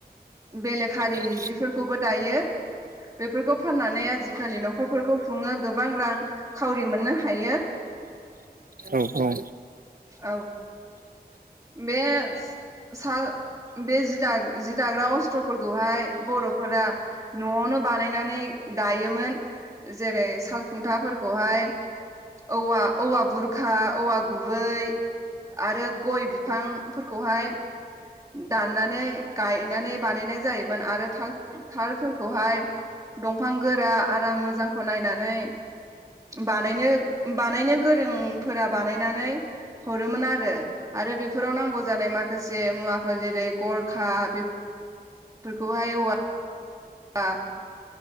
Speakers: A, on the right; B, on the right.
A: बेलेग हारिनि
B: औ औ
A: जिफोरखौबो दायो बेफोरखौ फाननानै आजिखालि न'खरफोरखौ खुङो गोबां रां खावरि मोननो हायो।
B: औ औ
A: औ बे साल बे जि दा जि दाग्रा अस्त्रफोरखौहाय बर'फोरा न'आवनो बानायनानै दायोमोन जेरै सालखुन्थाफोरखौहाय औवा औवा बुरखा औवा गुबै आरो गय बिफांफोरखौहाय दाननानै गायनानै बानायनाय जायोमोन आरो थाल थालफोरखौहाय दंफां गोरा आराम मोजांखौ नायनानै बानायनो बानायनो गोरोंफोरा बानायनानै हरोमोन आरो आरो बेफोराव नांगौ जानाय माखासे मुवाफोर जेरै गरखा बेफोरखौहाय औवा आ